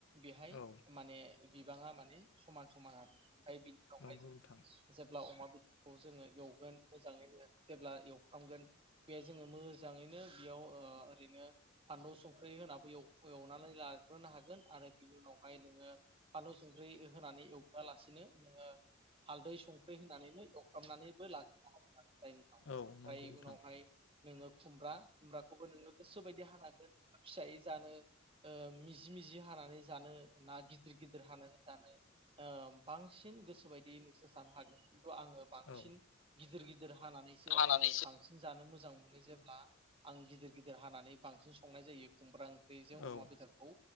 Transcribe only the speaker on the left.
औ
नंगौ
नोंथां
औ नंगौ नोंथां
औ
हानानै
औ